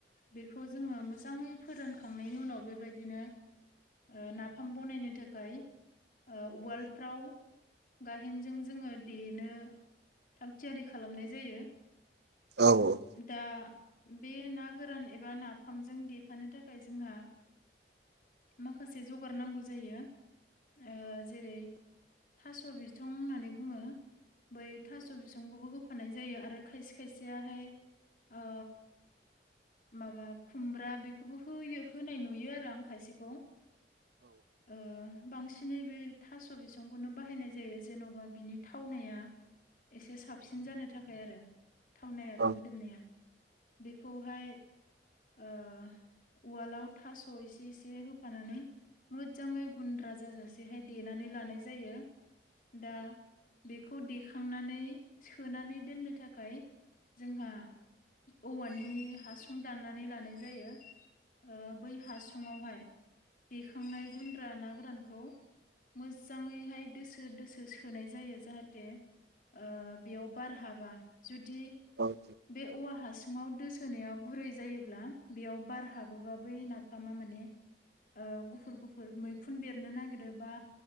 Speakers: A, on the left; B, on the right.
A: बेखौ जोङो मोजाङै फोरानखांनायनि उनाव बेबायदिनो ओ नाफाम बनायनो थाखाय ओ उवालफ्राव गाहेनजों जोङो देनो थाग थियारि खालामनाय जायो।
B: औ औ।
A: दा बे ना गोरान एबा नाफामजों देफानो थाखाय जोंहा माखासे जगार नांगौ जायो। ओ जेरै थास' बिथं होननानै बुङो। बै थास' बिसंखौबो होफानाय जायो आरो खायसे खायसेयाहाय ओ माबा खुमब्रा बेखौबो होयो होनाय नुयो आरो आं खायसेखौ। ओ। बांसिनै बै थास' बिसंखौनो बाहायनाय जायो जेन'बा बिनि थावनाया एसे साबसिन जानो थाखाय आरो थावनाय आरो
B: औ
A: मोदोमनाया। बेखौहाय ओ उवालाव थास' इसे इसे होफानानै मोजजाङै गुन्द्रा जाजासेहाय देनानै लानाय जायो। दा बेखौ देखांनानै सोनानै दोननो थाखाय जोंहा औवानि हासुं दाननानै लानाय जायो। ओ बै हासुुङावहाय देखांनाय गुन्द्रा ना गोरानखौ मोजजाङैहाय दोसो दोसो सोनाय जायो। जाहाथे ओ बेयाव बार हाबा जुदि
B: औ
A: बे औवा हासुङाव दोसोनायाव गुरै जायोब्ला बेयाव बार हाबोबा बै ना फामा माने ओ गुफुर गुफुर मैखुन बेरनो नागिरो बा